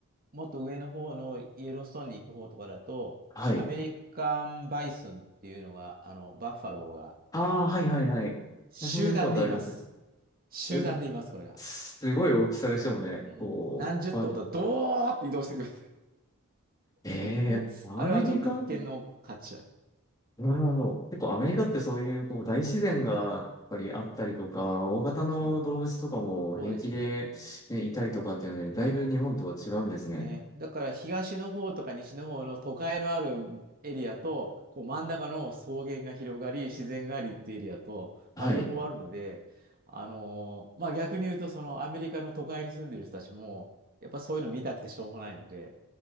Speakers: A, on the right; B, on the left.
A: もっと上の方のイエローストーンに行く方とかだと、
B: はい。
A: アメリカンバイソンっていうのが、あの、バッファローが、
B: ああ、はいはいはい。
A: 集団でいます。
B: 写真で見たことあります。
A: 集団でいます、
B: うんすごい大きさでしたもんね。
A: これが。うん。
B: こう、
A: 何十頭だ、
B: ま、
A: ドーって移動してくる。
B: ええアメリカ
A: <laughs> あれはちょっと一見の価値あり。
B: なるほど。結構アメリカってそういうこう大自然がやっぱりあったりとか、
A: うん。
B: 大型の動物とかも平気で、
A: そう。そうです。
B: ね、いたりとかっていうので、だいぶ日本とは違うんですね。
A: ね。だから東の方とか西の方の都会のあるエリアと、こう真ん中の草原が広がり、自然がありっていうエリアと、
B: はい。
A: まあ、両方あるので、あのーまあ逆に言うと、そのアメリカの都会に住んでる人たちも、やっぱそういうの見たくてしょうがないので、